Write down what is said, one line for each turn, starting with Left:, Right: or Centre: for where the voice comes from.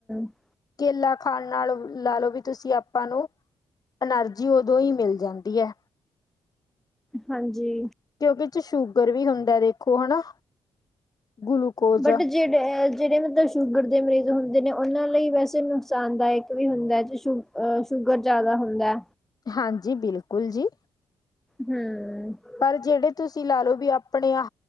Centre: -
Left: ਕੇਲਾ ਖਾਣ ਨਾਲ ਲਾ ਲਓ ਵੀ ਤੁਸੀ ਆਪਾ ਨੂੰ- ਐਨਰਜੀ ਉਦੋਂ ਹੀ ਮਿਲ ਜਾਦੀ ਹੈ।
Centre: ਹਾਂਜੀ।
Left: ਕਿਉਕਿ ਸ਼ੂਗਰ ਵੀ ਹੁੰਦਾ ਦੇਖੋ ਹਨਾ। ਗਲੂਕੋਸ-
Centre: ਬਟ ਜਿਹੜੇ ਮਤਲਬ ਸ਼ੂਗਰ ਦੇ ਮਰੀਜ਼ ਹੁੰਦੇ ਨੇ ਉਹਨਾ ਲਈ ਵੈਸੇ ਨੁਕਸਾਨ ਦਾਇਕ ਵੀ ਹੁੰਦਾ ਹੈ। ਜ ਸ਼ੂ- ਅ ਸ਼ੂਗਰ ਜ਼ਿਆਦਾ ਹੁੰਦਾ।
Left: ਹਾਂਜੀ। ਬਿਲਕੁਲ ਜੀ-
Centre: ਹੂੰ -
Left: ਪਰ ਜਿਹੜੇ ਤੁਸੀ ਲਾ ਲਓ ਵੀ ਆਪਣੇ ਆ